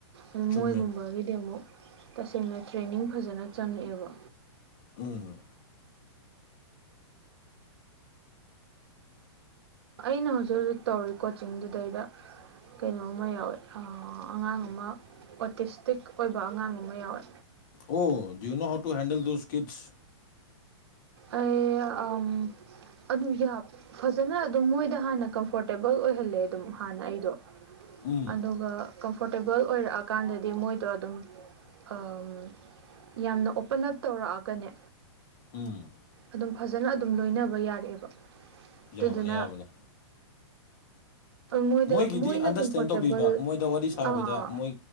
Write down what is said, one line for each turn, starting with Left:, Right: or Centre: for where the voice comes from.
Right: ꯑꯗꯨ
Left: ꯆꯨꯝꯃꯦ
Right: ꯃꯣꯏꯒꯨꯝꯕꯒꯤꯗꯤ ꯑꯃꯨꯛ ꯇꯁꯦꯡꯅ ꯇ꯭ꯔꯦꯅꯤꯡ ꯐꯖꯅ ꯆꯪꯉꯛꯑꯦꯕ
Left: ꯎꯝ
Right: ꯑꯩꯅ ꯍꯧꯖꯤꯛ ꯍꯧꯖꯤꯛ ꯇꯧꯔꯤ ꯀꯣꯆꯤꯡꯗꯨꯗꯩꯗ ꯀꯩꯅꯣꯃ ꯌꯥꯎꯋꯦ ꯑꯉꯥꯡ ꯑꯃ ꯑꯣꯇꯤꯁꯇꯤꯛ ꯑꯣꯏꯕ ꯑꯉꯥꯡ ꯑꯃ ꯌꯥꯎꯋꯦ
Left: ꯑꯣ ꯗꯨꯌꯨꯅꯣ how to handle those kids
Right: ꯑꯩ ꯑꯝ ꯑꯗꯨ ꯐꯖꯅ ꯑꯗꯨꯝ ꯃꯣꯏꯗ ꯍꯥꯟꯅ ꯀꯝꯐꯣꯔꯇꯦꯕꯜ ꯑꯣꯏꯍꯜꯂꯦ ꯑꯗꯨꯝ ꯍꯥꯟꯅ ꯑꯩꯗꯣ
Left: ꯎꯝ
Right: ꯑꯗꯨꯒ ꯀꯝꯐꯣꯔꯇꯦꯕꯜ ꯑꯣꯏꯔꯛꯑꯀꯥꯟꯗꯗꯤ ꯃꯣꯏꯗꯣ ꯑꯗꯨꯝ ꯑꯝ ꯌꯥꯝꯅ ꯑꯣꯄꯟ ꯑꯞ ꯇꯧꯔꯛꯑꯒꯅꯦ
Left: ꯎꯝ
Right: ꯑꯗꯨꯝ ꯐꯖꯅ ꯑꯗꯨꯝ ꯂꯣꯏꯅꯕ ꯌꯥꯔꯛꯑꯦꯕ꯫ ꯑꯗꯨꯗꯨꯅ
Left: ꯌꯥꯕꯅꯦ ꯌꯥꯕꯅꯦ
Right: ꯃꯣꯏꯗ
Left: ꯃꯣꯏꯒꯤꯗꯤ
Right: ꯃꯣꯏꯅ
Left: ꯑꯟꯗꯔꯁꯇꯦꯟ
Right: ꯀꯝꯐꯣꯔꯇꯦꯕꯜ
Left: ꯇꯧꯕꯤꯕ ꯃꯣꯏꯗ ꯋꯥꯔꯤ ꯁꯥꯕꯗ
Right: ꯑꯥ
Left: ꯃꯣꯏ